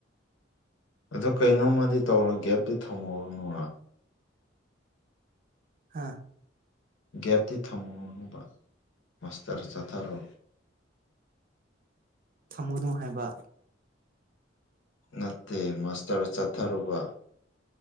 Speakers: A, on the left; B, on the right.
A: ꯑꯗꯨ ꯀꯩꯅꯣꯃꯗꯤ ꯇꯧꯔꯣ ꯒꯦꯞꯇꯤ ꯊꯝꯃꯨꯔꯨꯅꯨꯔ
B: ꯍꯥꯥ
A: ꯒꯦꯞꯇꯤ ꯊꯝꯃꯨꯔꯥꯅꯨꯕ ꯃꯥꯁꯇꯔ ꯆꯠꯊꯔꯣ
B: ꯊꯝꯃꯨꯒꯅꯨ ꯍꯥꯏꯕ
A: ꯅꯠꯇꯦ ꯃꯥꯁꯇꯔ ꯆꯠꯊꯔꯨꯕ